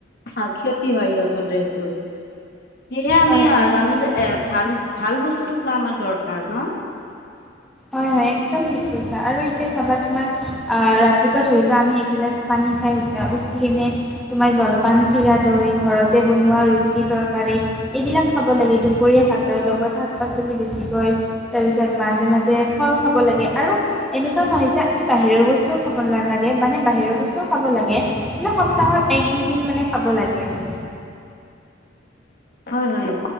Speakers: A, on the left; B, in the centre.
A: আৰু ক্ষতি হয় সিহঁতৰ দেহটোৰ। সেয়হে আমি
B: হয় হয় তুমি
A: জানো
B: একদম
A: যে এ
B: ঠিকে
A: ভাল
B: কৈছা
A: ভাল বস্তুটো খোৱা আমাৰ দৰকাৰ ন?
B: হয়-হয় একদম ঠিক কৈছা আৰু এতিয়া চাবা তুমাক আ, ৰাতিপুৱা ধৰি লোৱা আমি এগিলাচ পানী খাই উঠ উঠি কেনে তোমাৰ জলপান চিৰা -দৈ ঘৰতে বনোৱা ৰুটি-তৰকাৰী এইবিলাক খাব লাগে দুপৰীয়া ভাতৰ লগত শাক-পাচলি বেছিকৈ তাৰপিছত মাজে-মাজে যে ফল খাব লাগে আৰু এনেকুৱা নহয় যে আমি বাহিৰৰ বস্তুও খাব নালাগে মানে বাহিৰৰ বস্তু খাব লাগে মানে সপ্তাহত এক, দুইদিন মানে খাব লাগে আৰু।
A: হয়-হয়